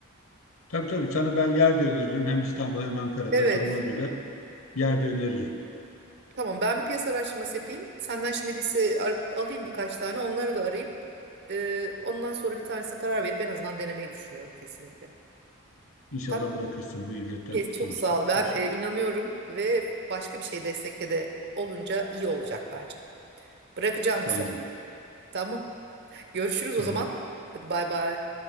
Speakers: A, on the left; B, on the right.
A: Tabii tabii sana ben yer de öneririm. Hem İstanbul'da hem Ankara'da
B: Evet.
A: duruma göre yer de öneririm.
B: Tamam ben bir piyasa araştırması yapayım. Senden şimdi liste ar- alayım birkaç tane onları da arayayım. Ee, ondan sonra bir tanesine karar verip en azından denemeyi düşünüyorum kesinlikle.
A: İnşallah
B: Tamam,
A: bırakırsın bu illetten
B: çok,
A: kurtulursun.
B: çok sağ ol. Ben
A: İnşallah.
B: e, inanıyorum ve başka bir şey destekte de olunca iyi olacak bence. Bırakacağım bu
A: Bence
B: sefer.
A: de.
B: Tamam. Görüşürüz
A: Tamam.
B: o zaman. Hadi bay bay.